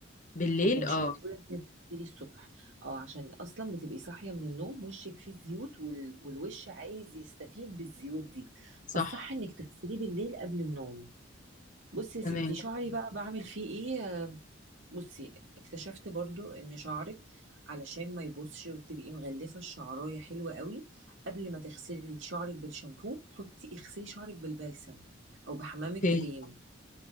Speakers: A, on the left (about 40°); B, on the right (about 80°).
A: بالليل
B: لكن مش
A: اه
B: المفروض انك تغسلي الصبح او عشان اصلا بتبقي صاحيه من النوم وشك فيه زيوت وال... والوش عايز يستفيد بالزيوت دي
A: صح
B: فالصح انك تغسليه بالليل قبل النوم بصي يا
A: تمام
B: ستي شعري بقى بعمل فيه ايه بصي اكتشفت برضو ان شعرك علشان ما يبوظش وتبقي مغلفه الشعرايه حلوه قوي قبل ما تغسلي شعرك بالشامبو حطي اغسلي شعرك بالبلسم او بحمام
A: اوكي
B: الكريم